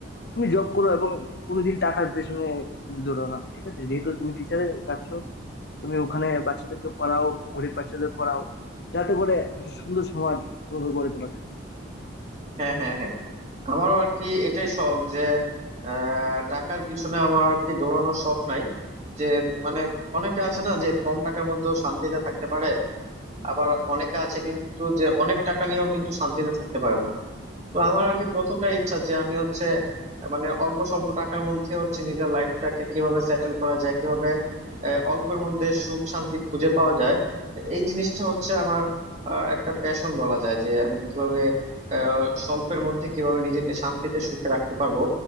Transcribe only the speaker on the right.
হ্যাঁ হ্যাঁ হ্যাঁ আমারও আর কি এটাই শখ যে আহ, টাকার পিছনে আমার আর কি দৌড়ানোর শখ নাই যে মানে অনেকে আছে না যে কম টাকার মধ্যেও শান্তিতে থাকতে পারে আবার অনেকে আছে কিন্তু যে অনেক টাকা নিয়েও কিন্তু শান্তিতে থাকতে পারে না তো আমার আর কি প্রথমটা ইচ্ছা যে আমি হচ্ছে আহ, মানে অল্প স্বল্প টাকার মধ্যে হচ্ছে নিজের লাইফটাকে কিভাবে সেটেল করা যায় কিভাবে আহ, অল্পের মধ্যে সুখ শান্তি খুঁজে পাওয়া যায় এই জিনিসটা হচ্ছে আমার আহ, একটা প্যাশন বলা যায় যে আমি কিভাবে আহ, স্বল্পের মধ্যে কিভাবে নিজেকে শান্তিতে সুখে রাখতে পারবো